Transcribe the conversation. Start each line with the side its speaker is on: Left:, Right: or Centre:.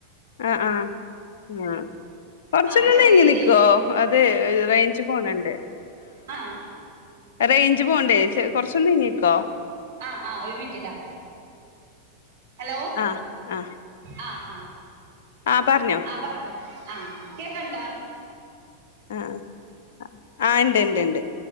Left: അ അ ആ കൊറച്ചൊന്ന്
Right: ആ ചെറിയേല്
Left: നീങ്ങി നിക്കുവോ അതെ റേഞ്ച് പോണണ്ട്
Right: ആഹ്
Left: റേഞ്ച് പോണ്ടേ ചെറി കൊറച്ചൊന്ന് നീങ്ങിക്കോ
Right: ആഹ് ആഹ ഒരു മിനിറ്റ് ട്ട ഹലോ
Left: ആ ആ
Right: അ ആ
Left: ആ പറഞ്ഞോ
Right: ആ പറഞ്ഞോ ആഹ് കേക്കണ്ടാ
Left: ആ ആ ആഹ് ഇണ്ട് ണ്ട് ണ്ട്